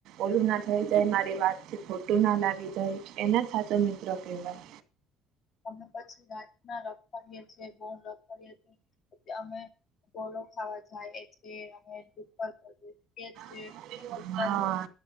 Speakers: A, on the right; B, on the left.
A: ઓલું ના થઈ જાય મારી એ વાત થી ખોટું ના લાગી જાય એને જ સાચો મિત્રો કહેવાય.
B: અમે પછી ઘાતના રખડીએ છીએ બઉ રખડીએ છીએ પછ અમે ગોલો ખાવા જાયએ છે અમે <unintelligible> છે.
A: કહેવાય
B: પણ
A: હા